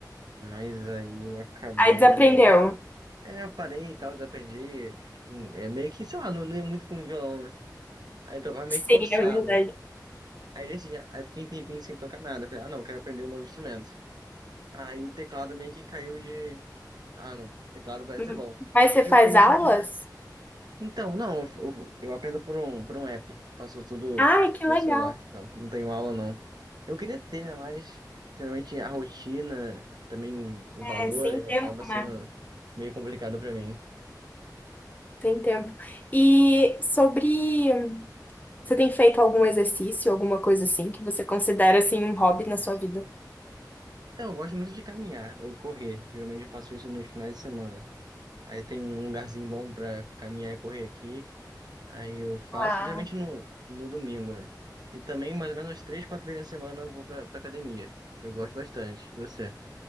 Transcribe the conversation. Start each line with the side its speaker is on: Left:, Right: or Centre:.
Right: mas aí eu acabei.
Left: Aí desaprendeu.
Right: É, eu parei e tal, desaprendi. Hum, É meio que, sei lá, não, não ia muito com o violão, né? Aí eu tocava meio
Left: Sim,
Right: que forçado.
Left: é verdade.
Right: Aí nesse dia, aí fiquei um tempinho sem tocar nada. Falei, ah, não, quero aprender um novo instrumento. Aí o teclado meio que caiu de. Ah, não, teclado parece
Left: Hum.
Right: ser bom.
Left: Mas você
Right: Aí
Left: faz
Right: eu comecei.
Left: aulas?
Right: Então, não, eu, eu, eu aprendo por um, por um app. Faço tudo
Left: Ai, que
Right: no
Left: legal.
Right: celular, então não tenho aula não. Eu queria ter, né? Mas geralmente a rotina, também o valor,
Left: É sem
Right: ele
Left: tempo,
Right: acaba sendo
Left: né?
Right: meio complicado pra mim.
Left: Tem tempo. E sobre. Você tem feito algum exercício, alguma coisa assim, que você considera assim um hobby na sua vida?
Right: Então, eu gosto muito de caminhar ou correr. Geralmente eu faço isso nos finais de semana. Aí tem um lugarzinho bom pra caminhar e correr aqui. Aí eu faço,
Left: Ah,
Right: geralmente no, no domingo, né? E também mais ou menos três, quatro vezes na semana eu vou pra, pra academia. Eu gosto bastante. E você?